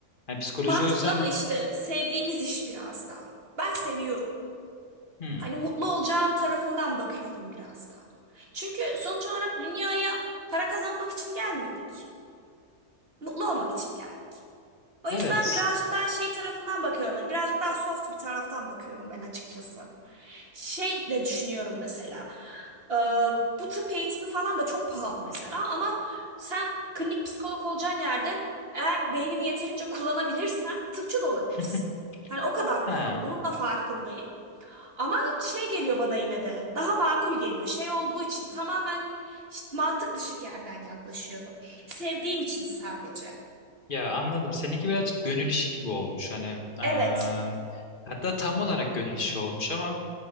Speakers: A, on the left; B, on the right.
A: Yani psikoloji
B: Mantıklı
A: o yüzden
B: ama işte sevdiğimiz iş biraz da. Ben seviyorum.
A: hmm,
B: Hani mutlu olacağım tarafından bakıyorum biraz da. Çünkü sonuç olarak dünyaya para kazanmak için gelmedik. Mutlu olmak için geldik. O yüzden
A: evet
B: birazcık daha şey tarafından bakıyorum. Hani birazcık daha soft bir taraftan bakıyorum ben açıkçası. Şey de düşünüyorum mesela. Ee, bu tıp eğitimi falan da çok pahalı mesela. Ama sen klinik psikolog olacağın yerde eğer beynini yeterince kullanabilirsen tıpçı da olabilirsin.
A: <laughs>
B: Hani o kadar
A: ha
B: pahalı. Bunun da farkındayım. Ama şey geliyor bana yine de daha makul geliyor. Şey olduğu için tamamen işte mantık dışı bir yerden yaklaşıyorum. Sevdiğim için sadece.
A: ya anladım. Seninki birazcık gönül işi gibi olmuş. Hani eee,
B: Evet.
A: hatta tam olarak gönül işi olmuş ama